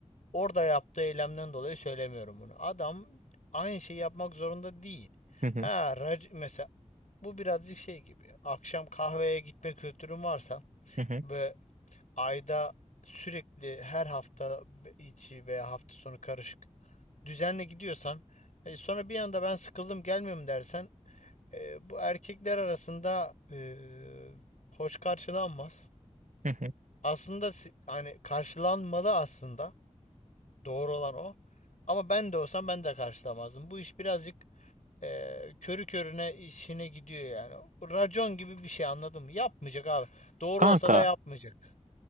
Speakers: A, on the left; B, on the right.
A: orada yaptığı eylemden dolayı söylemiyorum bunu. Adam aynı şeyi yapmak zorunda değil.
B: hı, hı
A: Ha,
B: hı,
A: rac- mesela bu birazcık şey gibi. Akşam kahveye gitme kültürün varsa
B: hı hı,
A: ve ayda sürekli her hafta içi veya hafta sonu karışık düzenle gidiyorsan e, sonra bir anda ben sıkıldım gelmiyorum dersen e, bu erkekler arasında e, hoş karşılanmaz.
B: hı
A: Aslında si- hani karşılanmalı aslında doğru olan o. Ama ben de olsam ben de karşılamazdım. Bu iş birazcık e, körü körüne işine gidiyor yani. Racon gibi bir şey anladın mı? Yapmayacak abi. Doğru
B: Kanka,
A: olsa da yapmayacak.